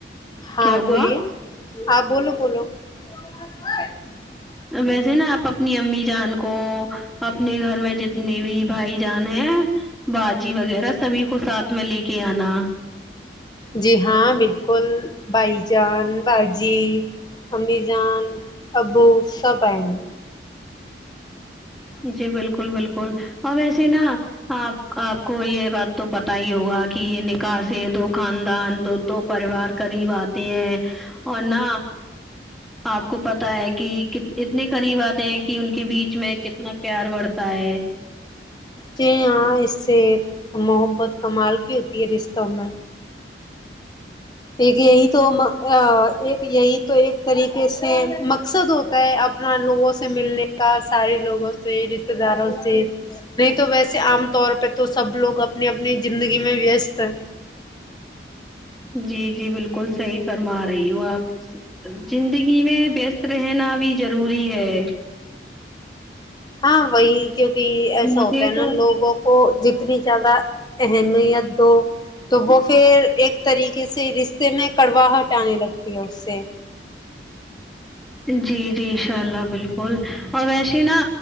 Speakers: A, on the left (about 25°); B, in the centre.
A: ہاں
B: کیا ہوا
A: بولیے اپ بولو بولو <unintelligible>
B: ویسے نا آپ اپنی امی جان کو اپنے گھر میں جتنے بھی بھائی جان ہیں باجی وغیرہ سبھی کو ساتھ میں لے کے آنا
A: جی ہاں بالکل بھائی جان باجی امی جان ابو سب آئیں گے
B: جی بالکل بالکل اور ویسیے نا آپ آپ کو یہ بات تو پتا ہی ہوگا کہ یہ نکاح سے دو خاندان دو دو پریوار قریب آتے ہیں اور نہ آپ کو پتا ہے کی یہ کت اتنے قریب آتے ہیں کی ان کے بیچ میں کتنا پیار بڑھتا ہے
A: جی ہاں اس سے محبت کمال کی ہوتی ہے رشتوں میں ایک یہی تو ایک یہی تو ایک طریقے سے مقصد ہوتا ہے اب نا لوگوں سے ملنے کا سارے لوگوں سے رشتے داروں سے نہیں تو ویسے عام طور پے تو سب لوگ اپنی اپنی زندگی میں ویست ہیں
B: جی جی بالکل صحیح فرما رہی ہو آپ زندگی میں وست رہنا بھی ضروری ہے
A: ہاں وہی کیونکی ایسا
B: مجھے
A: ہوتا ہے نا
B: تو
A: لوگوں کو جتنی زیادہ اہمیت دو تو وہ پھر ایک طریقے سے رشتے میں کڑواہاہٹ آنے لگتی ہے اس سے
B: جی جی ان شاء اللہ بالکل اور ویسے نا